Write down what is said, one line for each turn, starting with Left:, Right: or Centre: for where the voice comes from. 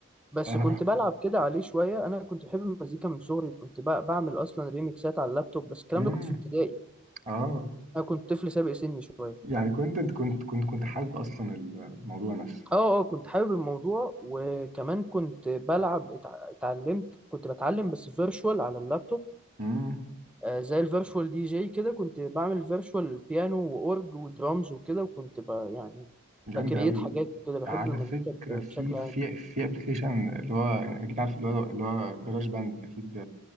Centre: بس
Right: أنا
Centre: كنت بلعب كده عليه شوية أنا كنت بحب المزيكا من صغري وكنت ب- بعمل أصلا ريميكسات على اللابتوب بس الكلام
Right: مم.
Centre: ده كنت في ابتدائي
Right: آه
Centre: انا كنت طفل سابق سني شويه
Right: يعني كنت كنت كنت كنت حابب أصلا الموضوع نفسه
Centre: اه اه كنت حابب الموضوع وكمان كنت بلعب اتع- اتعلمت كنت بتعلم بس فيرشوال على اللابتوب
Right: مم.
Centre: آه زي الفيرشوال دي جي كده كنت بعمل فيرشوال بيانو واورج ودرامز وكده وكنت ب يعني
Right: جامد
Centre: بكريت
Right: أوي
Centre: حاجات وكده بحب
Right: على
Centre: المزيكا
Right: فكرة
Centre: ب- بشكل
Right: في في
Centre: عام
Right: في أبلكيشن اللي هو أكيد عارف اللي هو اللي هو جراج باند أكيد